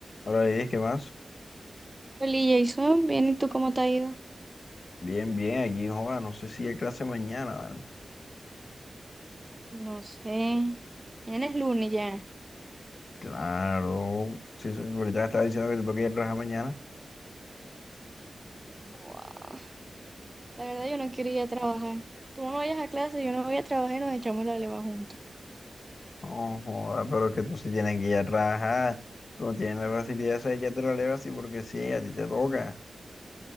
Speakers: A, on the left; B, on the right.
A: Ahora dices, ¿qué más?
B: Oli, Jason, bien, ¿y tú cómo te ha ido?
A: Bien, bien, aquí no joda, no sé si hay clase mañana, ¿vale?
B: No sé. Mañana es lunes ya.
A: Claro, sí, sí, ahorita me estaba diciendo que te toca ir a trabajar mañana.
B: Joa, La verdad, yo no quiero ir a trabajar. Tú no vayas a clase, yo no voy a trabajar y nos echamos la leva juntos.
A: No joda, pero es que tú sí tienes que ir a trabajar. Tú no tienes la facilidad esa, ya te la levas así porque sí, a ti te toca.